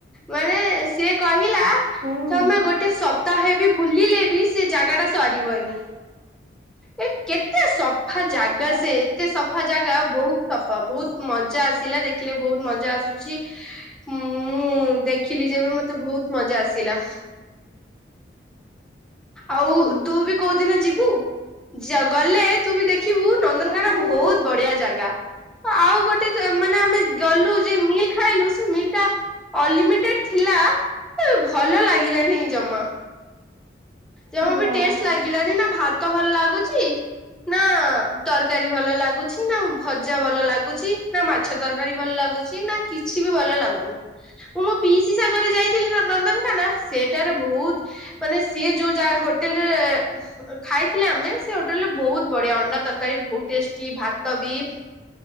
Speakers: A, in the centre; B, on the right (about 55°).
A: ମାନେ ସିଏ କହିଲା
B: ହଁ
A: ତମେ ଗୋଟେ ସପ୍ତାହେବି ବୁଲିଲେ ବି ସେ ଜାଗା ଟା ସରିବନି ଏ କେତେ ସଫା ଜାଗା
B: ଗ
A: ସେ ଏତେ ସଫା ଜାଗା ବହୁତ ସଫା ବହୁତ ମଜା ଆସିଲା ଦେଖିଲେ ବହୁତ ମଜା ଆସୁଚି। ମୁଁ ଦେଖିଲି ଯେବେ ମତେ ବହୁତ ମଜା ଆସିଲା। ଆଉ
B: ହଁ
A: ତୁ ବି କୋଉଦିନ ଯିବୁ? ଜ ଗଲେ ତୁବି ଦେଖିବୁ ନନ୍ଦନକାନ
B: ହଁ
A: ବହୁତ ବଢିଆ ଜାଗା। ଆଉ ଗୋଟେ ମାନେ ଆମେ ଗଲୁ ଯେ ମିଲ୍ ଖାଇଲୁ ସେ ମିଲ୍ ଟା।। ଅନଲିମିଟେଡ୍ ଥିଲା ଭଲ ଲାଗିଲାନି ଜମା। ଜମା
B: ଯା
A: ବି ଟେଷ୍ଟ ଲାଗିଲାନି ନା ଭାତ ଭଲ ଲାଗୁଚି।। ନା ତରକାରୀ ଭଲ ଲାଗୁଚି ନା ଭଜା ଭଲ ଲାଗୁଚି ନା ମାଛ।। ତରକାରୀ ଭଲ ଲାଗୁଚି ନା କିଛି ବି ଭଲ ଲାଗୁନି। ମୁଁ ମୋ ପିଇସି ସାଙ୍ଗରେ ଯାଇଥିଲି ନନ୍ଦନଖାନା ସେଟାରେ ବହୁତ ମାନେ ସେ।। ସିଏ ଯୋଉ ଯା ହୋଟେଲରେ।। ଖାଇଥିଲେ ଆମେ ସେ ହୋଟେଲ ରେ ବହୁତ ବଢିଆ ଅଣ୍ଡା ତରକାରୀ ବହୁତ ଟେଷ୍ଟି ଭାତ ବି।।